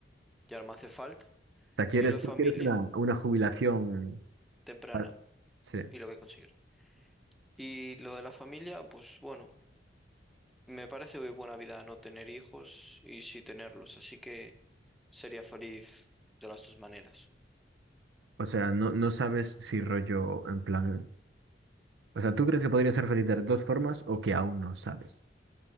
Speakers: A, in the centre; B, on the right.
A: ya no me hace falta.
B: O sea, ¿quieres,
A: Y lo de
B: tú
A: familia,
B: quieres una, una jubilación?
A: temprana,
B: para- Sí.
A: y lo voy a conseguir. Y lo de la familia, pues bueno, me parece muy buena vida no tener hijos y sí tenerlos, así que sería feliz de las dos maneras,
B: O sea, no, no sabes si rollo en plan... O sea, ¿tú crees que podría ser feliz de las dos formas o que aún no sabes?